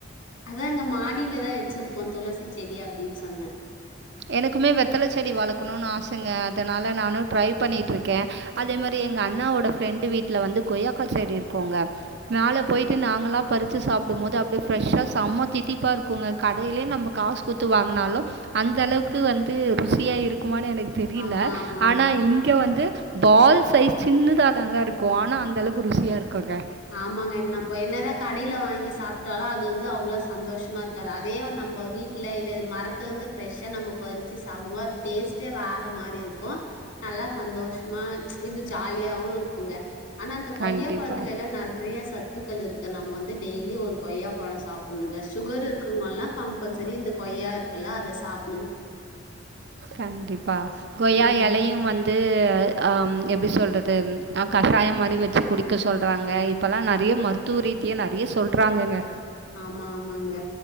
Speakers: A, on the left; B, on the right.
A: அதா அங்க மாடியிலதா வச்சிருப்போ துளசி செடி அப்படின்னு சொன்னே
B: எனக்குமே வெத்தல செடி வளர்க்கணுனு ஆசைங்க அதனால நானு ட்ரை பண்ணிட்ருக்கே அதே மாரி எங்க அண்ணாவோட ஃப்ரெண்டு வீட்ல வந்து கொய்யாக்கா செடி இருக்கோங்க மேல போயிட்டு நாங்கள பறிச்சு சாப்டும்போது அப்படியே ஃப்ரெஷ்ஷா செம்ம தீத்தி ப்பா இருக்குங்க கடையிலயே நம்ம காசு குத்து வாங்குனாலு அந்த அளவுக்கு வந்து ருசியா இருக்குமான்னு எனக்கு தெரியல
A: ஆமா, ஆமாங்க.
B: ஆனா இங் க்க வந்து பால் சைஸ் சின்னதா தாங்க இருக்கு ஆனா அந்த அளவுக்கு ருசியா இருக்குங்க
A: ஆமாங்க என் நம்ம என்னதா கடையில வாங்கி சாப்ட்டாலு அது வந்து அவ்வளவு சந்தோஷமா இருக் காது அதே நம்ம வீட்ல இல்ல மரத்துல இருந்து ப்ரெஷ்ஷா நம்ம பறிச்சு சாப்டுமோ டேஸ்ட்டே வேற மாரி இருக்கு நல்லா சந்தோஷமா இது ஜாலியாவு இருக்குங்க ஆனா அந்த கொய்யா
B: கண்டிப்பாக
A: பழத்துல எல்லா நெறைய ச த்துக்கள் இருக்க நம்ம வந்து டெய்லி ஒரு கொய்யா பழ சாப்படணுங்க சுகர் இருக்குங்கனா கம்பல்சரி இந்த கொய்யா இருக் குல்ல அத சாப்
B: கண்டிப்பா கொய்யா
A: ம்.
B: எலையு வந் து அம் எப்டி சொல்றது அ கஷாயம் மாரி வச்சு குடிக்க சொல்றாங்க இப்பல்லா நெறைய மருத் தூரீத்தி நெறைய சொல்றாங்கங்க
A: ஆமா ஆமாங்க